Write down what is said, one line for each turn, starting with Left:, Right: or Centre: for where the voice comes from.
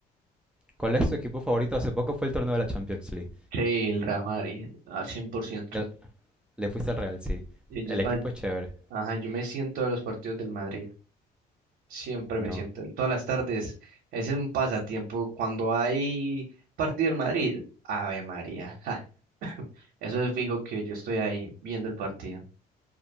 Centre: ¿Cuál es tu equipo favorito? Hace poco fue el torneo de la Champions League.
Right: Sí, el Real Madrid, a cien por ciento.
Centre: Le, le fuiste al Real, sí.
Right: Y ellos
Centre: El equipo
Right: van,
Centre: es chévere.
Right: ajá, yo me siento de los partidos del Madrid. Siempre
Centre: No,
Right: me siento, en todas las tardes. Ese es un pasatiempo. Cuando hay partido del Madrid, Ave María. <laughs> ja, Eso es fijo que yo estoy ahí viendo el partido.